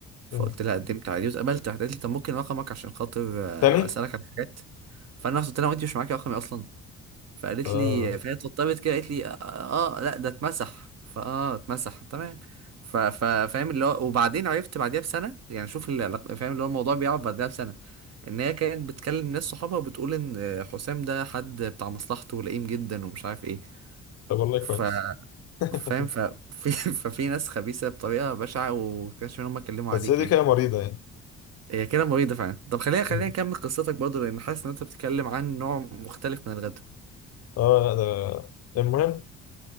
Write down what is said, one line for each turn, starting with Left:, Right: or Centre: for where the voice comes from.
Right: فقلت
Left: مم.
Right: لها قدمت عادي واتقبلت راحت قالت لي طب ممكن رقمك عشان خاطر آه،
Left: تاني
Right: اسالك عن حاجات فانا رحت قلت لها وانت مش معاكي رقمي اصلا فقالت
Left: اه
Right: لي فهي اتوترت كده قالت لي اه آه، آه، لا ده اتمسح فاه اتمسح تمام ف... ف... فاهم اللي هو وبعدين عرفت بعديها بسنه يعني شوف العلاقة- فاهم اللي هو الموضوع بيقعد بعديها بسنه ان هي كانت بتكلم ناس صحابها وبتقول ان حسام ده حد بتاع مصلحته ولئيم جدا ومش عارف ايه
Left: طب والله
Right: ف
Left: كويس <laughs>
Right: فاهم ف... في... <laughs> ففي ناس خبيثه بطريقه بشعه وكانش ان هم اتكلموا
Left: بس
Right: عليك
Left: هي دي
Right: يعني
Left: كده مريضه يعني
Right: هي كده مريضه فعلا طب خلينا خلينا
Left: مم.
Right: نكمل قصتك برضه لان حاسس ان انت بتتكلم عن نوع مختلف من الغدر
Left: اه لا ده المهم